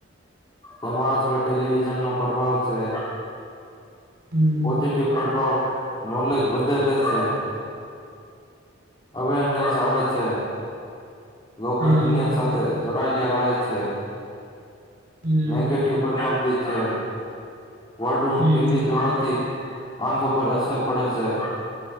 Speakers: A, on the left; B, on the right.
A: સમાજ પર ટેલિવિઝનનો પ્રભાવ છે.
B: હમ
A: પોઝિટિવ પ્રભાવ. નોલેજ વધારે છે. અવેરનેસ આવે. છે. લોકો
B: હમ હમ
A: દુનિયા સાથે જોડ. <unintelligible>
B: હમ
A: નેગેટિવ પ્રભાવિત છે. વધુ
B: હમ
A: ટીવી જોવાથી આંખો પર અસર પડેશે